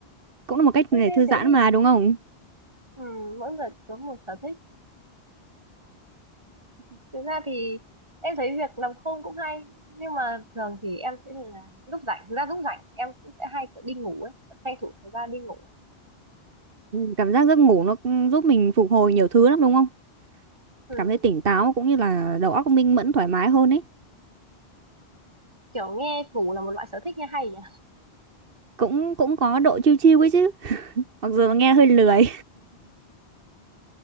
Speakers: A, on the right; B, on the right.
A: cũng là một cách để
B: Thế nên
A: thư giãn
B: thế thì
A: mà đúng không
B: ừ, mỗi người có một sở thích thực ra thì em thấy việc nằm không cũng hay nhưng mà thường thì em sẽ là lúc rảnh thực ra lúc rảnh em cũng sẽ hay kiểu đi ngủ ấy tranh thủ thời gian đi ngủ
A: Ừ, <laughs> cảm giác giấc ngủ nó cũng giúp mình phục hồi nhiều thứ lắm đúng không
B: ừ,
A: cảm thấy tỉnh táo cũng như là đầu óc minh mẫn thoải mái hơn ấy
B: kiểu nghe ngủ là một loại sở thích nghe hay nhỉ
A: cũng cũng có độ chill chill ấy chứ mặc dù nghe hơi lười